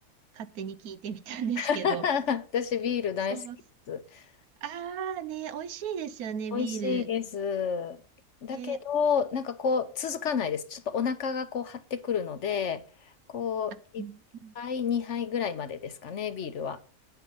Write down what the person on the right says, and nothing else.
勝手に聞いてみたんですけど、
そうああね、美味しいですよね、
ビール。
ね、
うん